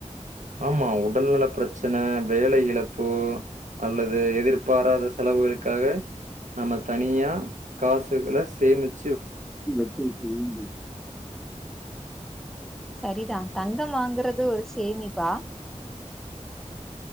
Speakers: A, on the right (about 80°); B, in the centre.
A: ஆமா உடல் நல ப்ரச்சன வேல இழப்பு அல்லது எதிர்பாராத செலவுகளுக்காக நம்ம தனியா காசுகள சேமித்
B: <unintelligible> சரிதா தங்க வாங்குறது ஒரு சேமிப்பா